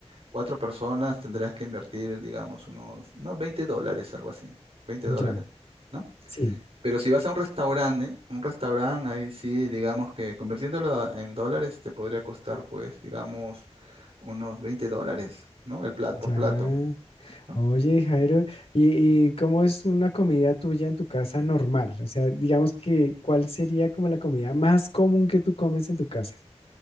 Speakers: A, on the right; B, on the left.
A: cuatro personas tendrás que invertir, digamos, unos, unos 20 dólares, algo así. Veinte
B: ya,
A: dólares, ¿no?
B: sí,
A: Pero si vas a un restaurante, un restaurante, ahí sí, digamos que convirtiéndolo a- en dólares te podría costar, pues, digamos, unos 20 dólares, ¿no? El plato
B: ya.
A: por plato, ¿no?
B: Oye, Jairo, ¿y, y cómo es una comida tuya en tu casa normal? O sea, digamos que, ¿cuál sería como la comida más común que tú comes en tu casa?